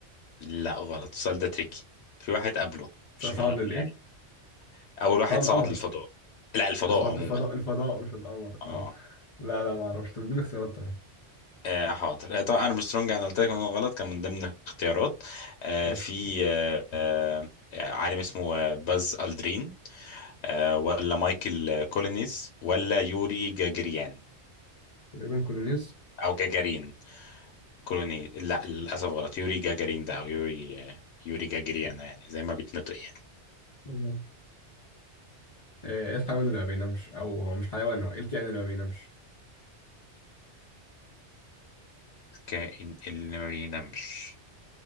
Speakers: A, on the left; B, on the left.
A: لا غلط السؤال ده تريكي في واحد قبله
B: ص-
A: مش
B: صعد
A: مهم
B: للايه؟
A: يعني اول واحد
B: صعد القمر
A: صعد للفضاء لا الفضاء
B: الفضاء
A: عموما
B: الفضاء الفضاء مش القمر
A: اه
B: اه لا لا ما اعرفش طب اديني اختيارات تانية
A: آه حاضر آه طبعا ارمسترونج انا قلت لك ان هو غلط كان من ضمن الاختيارات آه
B: <laughs>
A: في آه آه عالم اسمه آه، باز الدرين آه ولا مايكل آه، كولينيز ولا يوري جاجريان
B: تقريبا كولونيز
A: او جاجارين كولوني لا للاسف غلط يوري جاجارين ده او يوري آه، يوري جاجريان يعني زي ما بيتنطق يعني
B: مم. آه، ايه الحيوان اللي ما بينامش او هو مش حيوان هو ايه الكائن اللي ما بينامش
A: كائن اللي ما بينامش